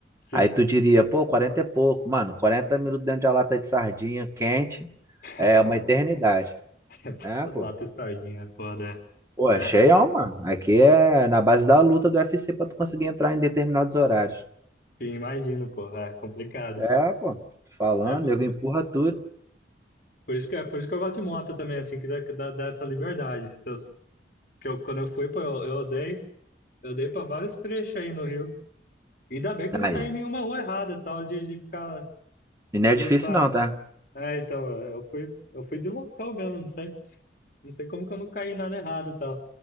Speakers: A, on the left; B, on the right.
A: sim.
B: Aí tu diria, pô, 40 é pouco. Mano, Quarenta minutos dentro de uma lata de sardinha quente
A: <laughs> É
B: é uma
A: foda,
B: eternidade.
A: né? <laughs>
B: É,
A: Lata
B: pô.
A: e sardinha, é foda,
B: Pô, é
A: é. É,
B: cheião, mano. Aqui é na base da luta do UFC pra tu conseguir entrar em determinados horários.
A: Sim, imagino, pô. É complicado.
B: É, pô. Tô Falando,
A: É, po-
B: nego
A: po-
B: empurra tudo.
A: por isso que, é por isso que eu gosto de moto também, assim, que dá, que dá, dá essa liberdade. Se eu- que eu, quando eu fui, pô, eu, eu dei, eu dei pra vários trechos aí no Rio. Ainda bem que eu não
B: Aí.
A: caí em nenhuma rua errada, tal, de, de ficar,
B: E não
A: de
B: é difícil
A: ir pra...
B: não, tá?
A: É, então, eu fui, eu fui de local mesmo, não sei, não sei como que eu não caí em nada errado, tal.